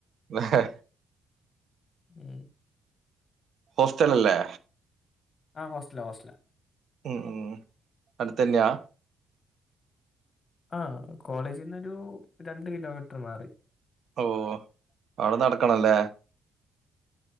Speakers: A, on the right (about 60°); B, on the left (about 40°).
A: മെഹേ
B: ഉം
A: ഹോസ്റ്റൽ അല്ലേ?
B: ആഹ് ഹോസ്റ്റല ഹോസ്റ്റല
A: ഉം ഉം അടുത്തന്നെയാ
B: ആഹ് കോളേജിന്ന് ഒരു രണ്ട് കിലോമീറ്റർ മാറി
A: ഓഹ് അവിടെ നടക്കണല്ലേ